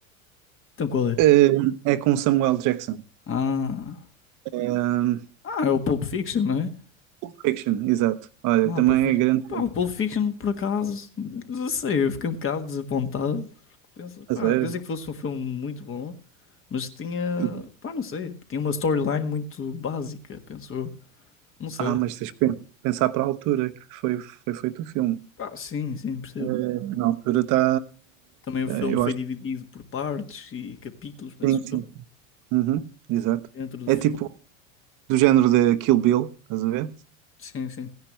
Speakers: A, on the left (about 30°); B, on the right (about 50°).
A: Então qual é?
B: Ahm, é com Samuel Jackson.
A: Ah,
B: Ahm,
A: ah, é o Pulp Fiction, não é?
B: Pulp Fiction, exato. Olha,
A: Ah,
B: também
A: Pulp Fiction.
B: é grande
A: Pá,
B: filme,
A: o Pulp Fiction, por acaso, não sei, eu fiquei um bocado desapontado. Pensa- pá,
B: a sério.
A: pensei que fosse um filme muito bom, mas tinha,
B: E-
A: pá, não sei, tinha uma storyline muito básica, penso eu. Não sei.
B: Ah, mas tens que pen- pensar para a altura que foi, foi feito o filme.
A: Pá, sim, sim, percebo.
B: Eh, Na altura está.
A: Também o filme
B: Eu
A: foi
B: acho
A: dividido por partes e capítulos, penso
B: que sim, sim.
A: eu,
B: Uhum, exato.
A: dentro do
B: É
A: filme.
B: tipo do género de Kill Bill, estás a ver?
A: Sim, sim.